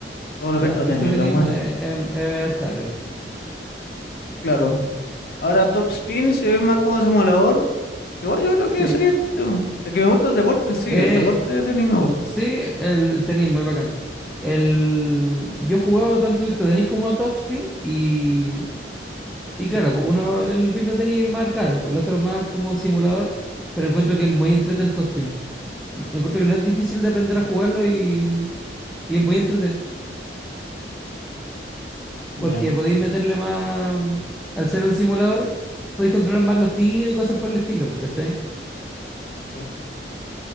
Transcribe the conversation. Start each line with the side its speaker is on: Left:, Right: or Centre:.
Left: Todos los
Centre: Ya,
Left: Virtual
Centre: Virtua
Left: Tennis
Centre: Tenis
Left: lo encuentro.
Centre: es ma- eh, em- eh, arcade.
Left: Claro. Ahora Top Spin se ve más como simulador. Igual yo creo
Centre: Sí.
Left: que sería chido. Es que me gusta el deporte en sí.
Centre: Eh,
Left: El deporte de tenis me gusta.
Centre: sí, el tenis muy bacán. El... Yo he jugado tanto Virtua Tenis como Topspin y, y claro, pues uno, el Virtua Tenis es más arcade, pues el otro es más como simulador, pero encuentro que es muy entrete el Topspin. Encuentro que no es difícil de aprender a jugarlo y, y es muy entrete,
Left: Ya,
Centre: porque podéis meterle más... Al ser un simulador, podéis controlar más los tiros y cosas por el estilo, pues, ¿cachai?
Left: claro.